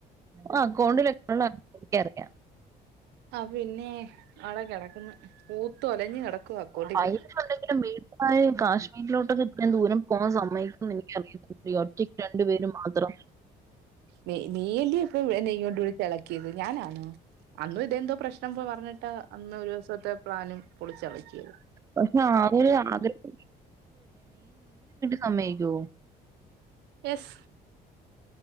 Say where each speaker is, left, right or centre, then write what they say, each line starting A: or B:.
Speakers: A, on the right (about 20°); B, on the right (about 85°).
A: ആഹ് അക്കൗണ്ടില ഒള്ളെ ഏതെക്കെണ്
B: അപിന്നെ അവടെ കെടക്ക്ന്നു പൂത്ത് ഒലഞ്ഞ് കെടക്കുവാ അക്കൗണ്ടില്
A: പൈസ ഉണ്ടെങ്കിലും വീട്ടിലായ കാശ്മീരിലോട്ടൊക്കെ ഇത്രയും ദൂരം പോകാൻ സമ്മതിക്കുന്ന് എനിക്കറിയത്തില്ല ഒറ്റയ്ക്ക് രണ്ടു പേര് മാത്രം
B: നീ നീ അല്ല്യോ ഇപ്പം എന്നെ ഇങ്ങോട്ട് വിളിച്ച് എളക്കിയത് ഞാൻ ആണോ ഇതെന്തോ ട്ടമ്പോ പറഞ്ഞിട്ടാ അന്ന് ഒരൂസത്തെ പ്ലാനും പൊളിച്ചൾക്കിയത്
A: പക്ഷെ ആ ഒരു ആഗ്രഹം സമ്മയ്ക്കോ
B: യെസ്